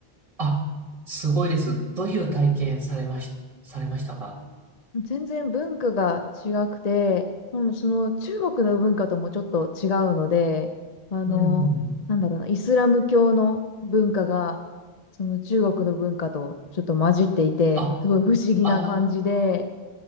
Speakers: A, on the right; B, on the left.
A: あ、すごいです。どういう体験されまし、されましたか
B: 全然文化が違くて、もうその中国の文化ともちょっと違うので、あの、
A: うんうん。
B: なんだろうな、イスラム教の文化が、その中国の文化とちょっと混じっていて、
A: あ、
B: すごい不思議な感じで、
A: ああ、